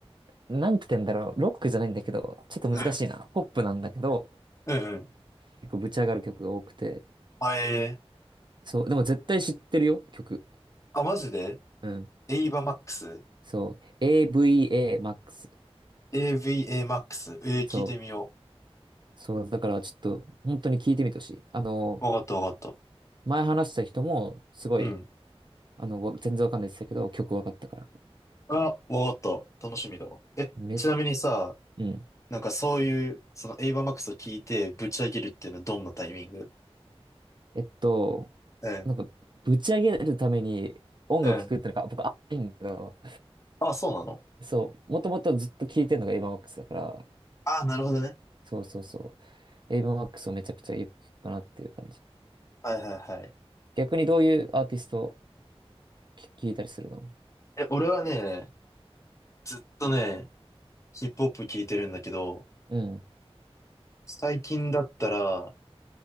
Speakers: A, on the right; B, on the left.
A: なんて言うんだろう。ロックじゃないんだけど、ちょっと難しいな。
B: う
A: ポップなんだけど、
B: ん。うんうん。
A: 結構ぶち上がる曲が多くて。
B: あ、えー、
A: そう、でも絶対知ってるよ、曲。
B: あ、マジで
A: うん。
B: エイバーマックス
A: そう、AVA マックス。
B: ?AVA マックス。えー、聞いてみよ
A: そう、そう、だからちょっと本当に聞いてみてほしい。あの、
B: う。わかったわかった。
A: 前話した人もすごい、
B: うん。
A: あの、わ全然わかんないって言ってたけど、曲わかったから。
B: あ、わかった。楽しみだわ。え、
A: め、
B: ちなみにさ、
A: うん。
B: なんかそういう、そのエイバーマックスを聞いてぶち上げるっていうのはどんなタイミング
A: えっと、
B: うん。
A: なんか、ぶち上げるために音楽聴くってのが僕、
B: うん。
A: あいいんだけど、
B: あ、そうなの
A: そう、もともとずっと聴いてるのがエイヴァン・マックスだから、
B: あ、なるほどね。
A: そうそうそう、エイヴァン・マックスをめちゃくちゃよく聴くかなっていう感じ。
B: はいはいはい。
A: 逆にどういうアーティストを聴聴いたりするの
B: え、俺はね、ずっとね、ヒップホップ聞いてるんだけど、
A: うん、
B: 最近だったら、